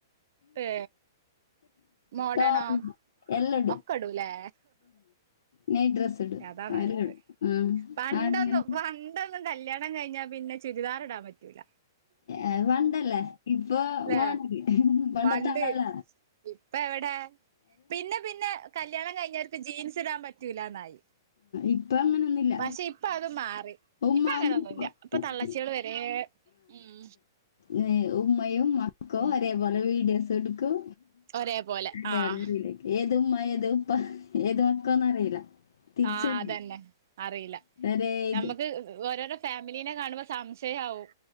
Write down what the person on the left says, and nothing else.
ടോപ്പ് ഇടും എല്ലാം
നെയ് ഡ്രസ് ഇടും
എല്ലാം ഇടും ഉം.
ആണങ്ങനെ.
ഏഹ് പണ്ടല്ലേ ഇപ്പൊ
വേണങ്കി പണ്ടത്താളല്ല
ഇപ്പൊ അങ്ങനൊന്നുമില്ല
ഉമ്മ
ഉമ്മ
ങ്ങേ ഉമ്മയും മക്കോ
ഒരേപോലെ വീഡിയോസ് എടുക്കും
ഗ്യാലറിലെ
ഏത് ഉമ്മ ഏത് ഉപ്പ ഏത് മക്കോന്നും അറിയില്ല തിരിച്ചറിയില്ല
ഒരേ
ഇത്